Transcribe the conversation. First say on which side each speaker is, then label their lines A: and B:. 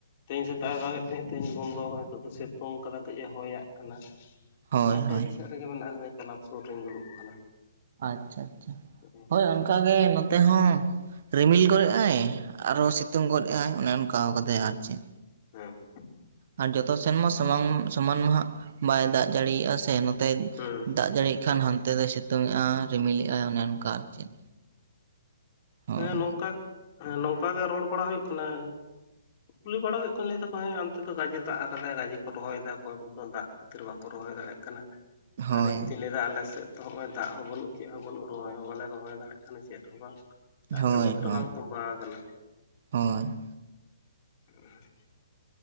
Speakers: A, on the left; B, on the right.
A: ᱛᱮᱦᱮᱧ ᱥᱮᱛᱟᱜ ᱫᱟᱜᱮᱫ ᱛᱟᱦᱮᱸᱫ ᱛᱮᱦᱮᱧ ᱵᱚᱱᱫᱚ ᱱᱤᱛᱚᱜ ᱫᱚ ᱥᱤᱛᱩᱝ ᱠᱟᱫᱟᱭ ᱠᱟᱹᱡ ᱮ ᱦᱚᱭᱭᱟᱜ ᱠᱟᱱᱟ᱾
B: ᱦᱳᱭ
A: ᱦᱮᱸ
B: ᱦᱳᱭ
A: ᱰᱟᱹᱦᱤ ᱥᱮᱫ ᱨᱮᱜᱮ ᱢᱮᱱᱟᱜ-ᱟ ᱠᱟᱫᱤᱧ, ᱠᱮᱞᱟᱵ ᱥᱩᱨ ᱨᱮᱤᱧ ᱫᱩᱲᱩᱵ ᱟᱠᱟᱱᱟ᱾
B: ᱟᱪᱪᱷᱟ ᱟᱪᱪᱷᱟ
A: <unintelligible>
B: ᱦᱳᱭ ᱚᱱᱠᱟᱜᱮ ᱱᱚᱛᱮ ᱦᱚᱸ ᱨᱤᱢᱤᱞ ᱜᱚᱫ ᱮᱫᱟᱭ, ᱟᱨᱚ ᱥᱤᱛᱩᱝ ᱜᱚᱫᱮᱫᱼᱟᱭ ᱚᱱᱮ ᱚᱱᱠᱟᱣ ᱠᱟᱫᱟᱭ, ᱟᱨ ᱪᱮᱫ
A: ᱦᱩᱸ
B: ᱟᱨ ᱡᱚᱛᱚ ᱥᱮᱱᱢᱟ ᱥᱚᱢᱟᱱ ᱥᱚᱢᱟᱱ ᱢᱟ ᱦᱟᱜ ᱵᱟᱭ ᱫᱟᱜ ᱡᱟᱲᱤᱭᱟᱜ-ᱟ ᱥᱮ᱾ ᱱᱛᱮ
A: ᱦᱩᱸ
B: ᱫᱟᱜ ᱡᱟᱹᱲᱤᱜ ᱠᱷᱟᱱ ᱦᱟᱱᱛᱮ ᱫᱚᱭ ᱥᱤᱛᱩᱝᱜ-ᱟ ᱨᱤᱢᱤᱞᱮᱟᱭ ᱚᱱᱮ ᱚᱱᱠᱟ ᱟᱨ ᱪᱮᱫ᱾ ᱦᱳᱭ
A: ᱦᱮᱸ ᱱᱚᱝᱠᱟ ᱜᱮᱸ ᱱᱚᱝᱠᱟ ᱜᱮ ᱨᱚᱲ ᱵᱟᱲᱟ ᱦᱩᱭᱩᱜ ᱠᱟᱱᱟ᱾ ᱠᱩᱞᱤ ᱵᱟᱲᱟ ᱦᱩᱭᱩᱜ ᱠᱟᱱᱟ ᱞᱟᱹᱭ ᱫᱟᱠᱚ ᱦᱮᱸ ᱚᱱᱛᱮᱫᱚ ᱜᱟᱡᱮ ᱫᱟᱜ ᱟᱠᱟᱫᱟᱭ ᱜᱟᱡᱮ ᱠᱚ ᱨᱚᱦᱚᱭᱮᱫᱟ ᱚᱠᱚᱭᱠᱚ ᱫᱟᱜ ᱠᱷᱟᱹᱛᱤᱨ ᱵᱟᱠᱚ ᱨᱚᱦᱚᱭ ᱫᱟᱲᱮᱭᱟᱜ ᱠᱟᱱᱟ᱾
B: ᱦᱳᱭ
A: ᱟᱨ ᱤᱧ ᱪᱮᱤᱧ ᱞᱟᱹᱭ ᱮᱫᱟ ᱟᱞᱮ ᱥᱮᱫ ᱫᱚ ᱱᱚᱚᱭ ᱫᱟᱜ ᱦᱚᱸ ᱵᱟᱹᱱᱩᱜ ᱪᱮᱫ ᱦᱚᱸ ᱵᱟᱹᱱᱩᱜ ᱨᱚᱦᱚᱭ ᱦᱚᱸ ᱵᱟᱞᱮ ᱨᱚᱦᱚᱭ ᱫᱟᱲᱮᱭᱟᱜ ᱪᱮᱫ ᱦᱚᱸ ᱵᱟᱝ ᱫᱟᱜ
B: ᱦᱳᱭ
A: ᱜᱮ ᱵᱟᱹᱫ ᱨᱮ
B: ᱦᱳᱭ
A: ᱵᱟᱝ ᱛᱚᱸᱵᱟ ᱟᱠᱟᱱᱟ᱾
B: ᱦᱳᱭ
A: <unintelligible>